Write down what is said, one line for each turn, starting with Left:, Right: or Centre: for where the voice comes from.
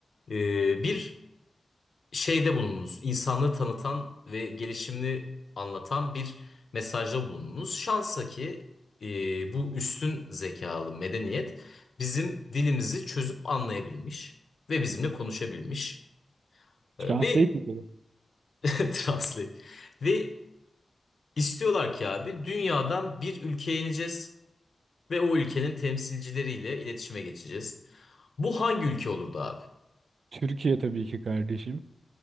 Left: e, bir şeyde bulununuz. İnsanlığı tanıtan ve gelişimini anlatan bir mesajda bulununuz. Şansa ki e, bu üstün zekalı medeniyet bizim dilimizi çözüp anlayabilmiş ve bizimle konuşabilmiş. E,
Right: Translate
Left: ve
Right: mi? dedi?
Left: <laughs> translate. Ve istiyorlar ki abi dünyadan bir ülkeye ineceğiz ve o ülkenin temsilcileriyle iletişime geçeceğiz. Bu hangi ülke olurdu abi?
Right: Türkiye tabii ki kardeşim.